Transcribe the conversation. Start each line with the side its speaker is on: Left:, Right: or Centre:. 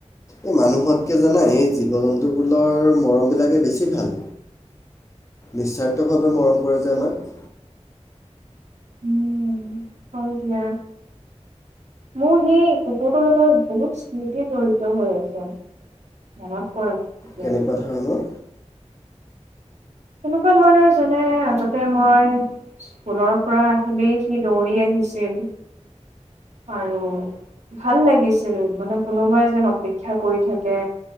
Left: এই মানুহতকে জানাই এই জীৱ জন্তুবোৰৰ মৰমবিলাকে বেছি ভাল নিস্বাৰ্থভাৱে মৰম কৰে যে আমাক।
Right: উম হয় দিয়া মোৰ সেই কুকুৰটোৰ লগত বহুত স্মৃতি জড়িত হৈ আছে। মনত পৰে কেতিয়াবা
Left: কেনেকুৱা ধৰণৰ।
Right: তেনেকুৱা ধৰণৰ যেনে আগতে মই স্কুলৰ পৰা আহিলেই সি দৌৰি আহিছিল আৰু ভাল লাগিছিল মানে কোনোবাই যেন অপেক্ষা কৰি থাকে